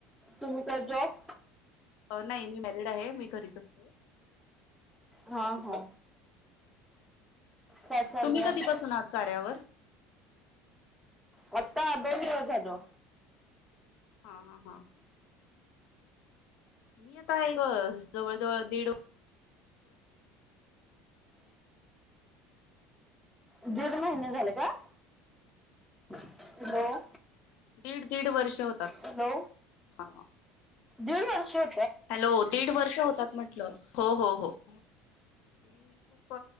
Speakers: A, in the centre; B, on the left (about 65°).
A: तुम्ही काय जॉब
B: नाही मी मॅरिड आहे मी घरीच असतेो
A: हा हा काय चाललंय
B: तुम्ही कधीपसून आहात कार्यावर
A: होता दोन दिवस झालं
B: हा हा हा मी आता एक जवळ जवळ दीड
A: दीड महिने झालं का हॅलो
B: दीड दीड वर्ष होतात
A: हॅलो
B: हा
A: दीड वर्ष हो
B: हॅलो दीड वर्ष होतात म्हटलं हो हो हो मी खूप